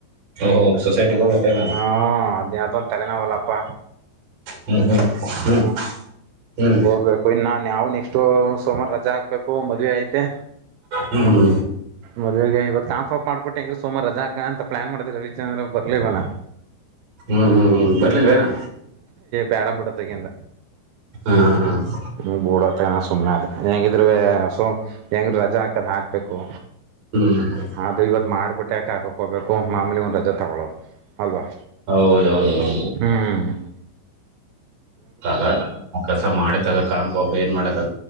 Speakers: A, on the right (about 40°); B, on the right (about 80°).
A: ಓಹೋ ಸೊಸೈಟಿಗೆ ಹೋಗ್ಬೇಕೇನ
B: ಹ್ಮ ಅದದ ತಲೆನವಳಪ್ಪ
A: ಹ್ಮ್
B: ಹ್ಞ
A: ಹ್ಮ್ ಹ್ಮ್
B: ಹೋಗ್ಬೇಕು ಇನ್ನಾನ್ ನಾವವು ನೆಕ್ಸ್ಟ್ ಸೋಮಾರು ರಜಾ ಹಾಕ್ಬೇಕು ಮದ್ವೆ ಐತೆ
A: ಹ್ಮ್
B: ಮದ್ ಗೆ ಇವತ್ ಕಾಂಫಾಪ್ ಮಾಡ್ಬಿಟ್ಟು ಹೆಂಗೀ ಸೋಮಾರ ರಜಾಕ ಅಂತ ಪ್ಲಾನ್ ಮಾಡಿ ರವಿಚಂದ್ರ ಬರ್ಲಿವಲ್ಲ
A: ಹ್ಮ್ ಹ್ಮ್ ಹ್ಮ್ ಬರ್ಲಿಲ್ವೇನ
B: ಬೇಡ ಬುಡ ತಗಿಂದ
A: ಹ್ಮ ಹ್ಮ ಹ್ಮ
B: ಹ್ಮ ಬೂಡತ್ತ ಸುಮ್ಮನೆ ಅ ಹೆಂಗಿದ್ರ ಸೊ ಹೆಂಗ್ರ ರಜಾ ಹಾಕದ್ ಹಾಕ್ಬೇಕು
A: ಹ್ಮ್
B: ಆದೆ ಇವತ್ ಮಾಡ್ಬಿಟ್ಟು ಯಾಕೆ ಹಕಕ್ ಹಬೇಕು ಮಾಮೂಲಿ ಒಂದ್ ರಜೆ ತಗೊಳೋದು ಅಲ್ವಾ
A: ಹೌದೌದ ಹೌದು
B: ಹ್ಮ್
A: ಗ ಕೆಲ್ಸ ಮಾಡ ತಾಗ ಕಾಂಬಾ ಏನ್ ಮಾಡಕ್ಗ